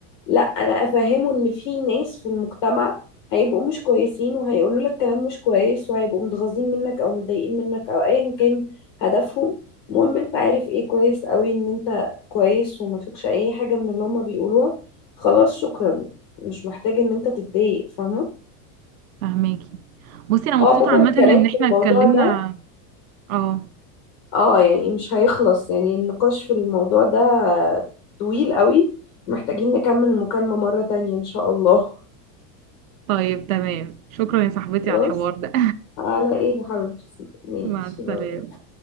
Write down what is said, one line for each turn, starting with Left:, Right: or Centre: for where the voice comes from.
Left: لا انا افهمه ان في ناس في المجتمع هيبقوا مش كويسين وهيقولوا لك كلام مش كويس وهيبقوا متغاظين منك او متضايقين منك او ايا كان هدفهم المهم انت عارف ايه كويس قوي ان انت كويس وما فيكش اي حاجة من اللي هما بيقولوها خلاص شكرا مش محتاج ان انت تتضايق فاهمة
Right: <laughs> فهماكي بصي انا مبسوطه
Left: اه عموما
Right: عامه
Left: الكلام
Right: ان احنا
Left: في الموضوع
Right: اتكلمنا
Left: ده
Right: اه
Left: اه يعني مش هيخلص يعني النقاش في الموضوع ده طويل قوي محتاجين نكمل المكالمة مرة تانية إن شاء الله
Right: طيب تمام شكرا يا صاحبتي
Left: خلاص
Right: على الحوار ده
Left: على ايه يا حبيبتي ماشي
Right: <laughs> مع السلامه
Left: باي.